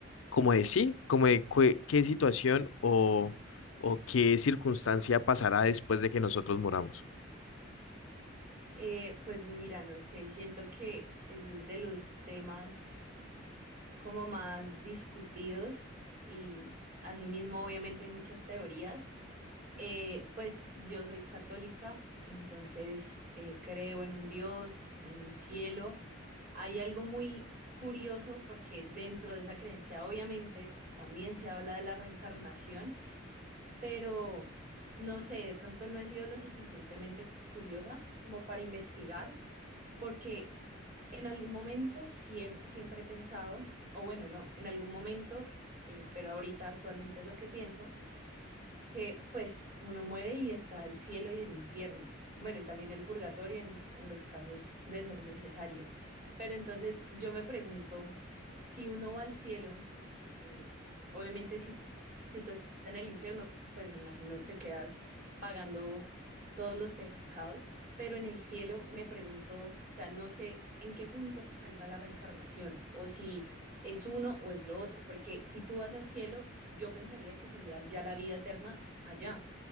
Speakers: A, on the left; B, on the right.
A: como de sí, como de cue- qué situación o, o qué circunstancia pasará después de que nosotros muramos.
B: Eh, pues mira, no sé, siento que ese es de los temas como más discutidos y asimismo obviamente hay muchas teorías. Eh, pues yo soy católica, entonces eh, creo en un Dios, en un cielo. Hay algo muy curioso porque dentro de esa creencia obviamente también se habla de la reencarnación pero no sé, de pronto no he sido lo suficientemente curiosa como para investigar, porque en algún momento siem- siempre he pensado, o bueno, no, en algún momento, eh, pero ahorita actualmente es lo que pienso, que pues uno muere y está el cielo y el infierno, bueno, y también el purgatorio en, en los casos de ser necesario. Pero entonces yo me pregunto, si uno va al cielo, eh, obviamente, si, si tú estás en el infierno, pues me imagino te quedas pagando todos los pecados, pero en el cielo me pregunto, o sea, no sé en qué punto entra la reencarnación o si es uno o es lo otro, porque si tú vas al cielo, yo pensaría que sería ya la vida eterna allá